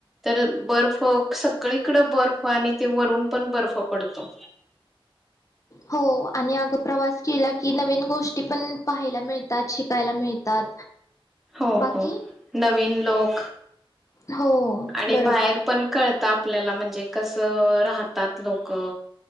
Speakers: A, in the centre; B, on the left (about 35°).
A: तर बर्फ सगळीकड बर्फ आणि ते वरून पण बर्फ पडतो.
B: हो आणि अग प्रवास केला की नवीन गोष्टी पण पाहायला मिळतात, शिकायला मिळतात.
A: हो
B: बाकी
A: हो नवीन लोक
B: हो
A: आणि
B: बरोबर
A: बाहेर पण कळत आपल्याला म्हणजे ते कस राहतात लोक